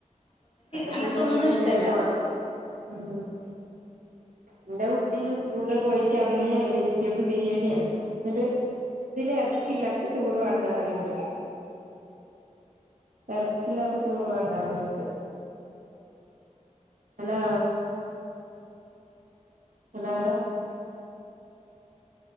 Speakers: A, on the right (about 85°); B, on the left (about 45°).
A: മക്കക്ക്
B: അങ്ങനത്തെ
A: പിന്നെ
B: ഒന്നും
A: അങ്ങനെന്തേലൊക്കെ
B: ഇഷ്ടല്ല
A: വാണം. ഉം ഇന്റെ കുട്ടി സ്കൂൾള് പോയിറ്റന്ന് വെജിറ്റബിൾ ബിരിയാണ്യാ. ന്നട്ട് ഇതില് എർച്ചില്ലാ ഇക്ക് ചോറ് വാണ്ടാറിണ്ട്. എറച്ചില്ലാത്ത ചോറ് വാണ്ടാന്നോൻക്ക്. ഹലോ. ഹലോ.